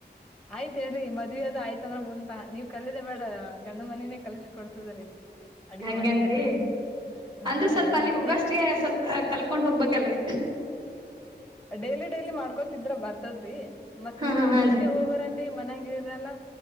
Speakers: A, in the centre; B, on the right (about 25°).
A: ಆಯ್ತ್ ಹೇಳ್ರಿ ಮದ್ವೆ ಅದ ಆಯ್ತಂದ್ರ ಮುಂತ ನೀವ ಕಲಿದೆ ಬೇಡ ಗಂಡ ಮನಿನೇ ಕಲ್ಸ ಕೊಡ್ತದ್ರೀ ಅಡ್ಗಿ
B: ಹಂಗಂದ್ರರಿ
A: ಮಾಡದ ಹೆಂಗಂತ ಹಾ
B: ಅಂದ್ರೆ ಸ್ವಲ್ಪ
A: ರೀ
B: ಅಲ್ಲಿ ಉಗಾಸ್ಗೆ
A: ಏ
B: ಸ್ವಲ್ಪ ಕಲ್ಕೊಂಡ್ ಹೋಗ್ಬೇಕಲ್ರರಿ
A: ಡೈಲಿ ಡೈಲಿ ಮಾಡ್ಕೊತಿದ್ರ ಬರ್ತದ್ರಿ ಮತ್
B: ಹಾ
A: ನೀವವು
B: ಹಾ ಹಾನ್ರಿ
A: ಡ್ಯೂಟಿಗ್ ಹೋಗರನ್ರಿ ಮನ್ಯಾಗ ಇರಲ್ಲ